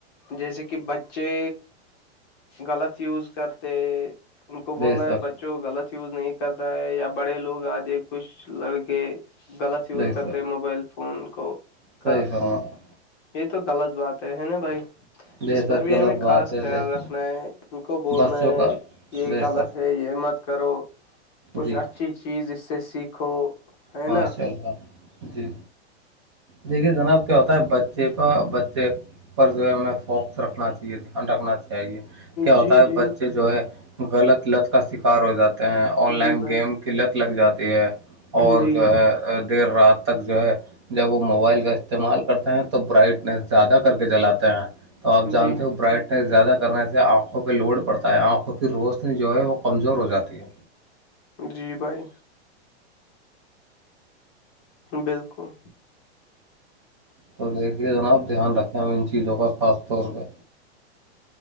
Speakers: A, on the left; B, on the right.
A: جیسے کہ بچے غلط یوز کرتے ان کو بولنا
B: بے شک
A: ہے بچوں غلط یوز نہیں کرتا ہے یا بڑے لوگ آگے کچھ لڑکے غلط یوز
B: بے
A: کرتے
B: شک
A: موبائل فون کو
B: صحیح
A: کا
B: فرمایا
A: یہ تو غلط بات ہے ہے نا بھائی
B: بے
A: اس
B: شک
A: پر بھی
B: غلط
A: ہمیں خاص
B: بات ہے
A: خیال
B: دیکھیے
A: رکھنا ہے ان کو بولنا
B: بچوں
A: ہے
B: کا
A: یہ
B: بے
A: غلط
B: شک
A: ہے امت کرو کچھ
B: جی
A: اچھی چیز اس سے سیکھو ہے
B: ماشاء
A: نا
B: اللہ جی دیکھیے جناب کیا ہوتا ہے بچے کا بچے پر جو ہے ہمیں فوکس رکھنا چاہیے دھیان رکھنا چاہیے چاہیے کیا ہوتا
A: جی
B: ہے
A: جی
B: بچے جو ہے غلط لچ کا شکار ہو جاتا ہیں آن
A: جی
B: لائن
A: بھائی
B: گیم قلت لگ جاتی ہے اور
A: جی
B: جو ہے دیر رات تک جو ہے جب وہ موبائل کا استعمال کرتے ہیں تو برائٹنیس زیادہ کر کے جلاتے ہیں تو آپ جانتے
A: جی
B: ہو برائٹنیس زیادہ کرنے سے آنکھوں پہ لوڈ پڑتا ہے آنکھ کیکہ روشنی جو ہے وہ کمزور ہو جاتی ہے
A: جی بھائی بالکل
B: تو دیکھیے جناب دھیان رکھیں ہم ان چیزوں کا خاص طور پہ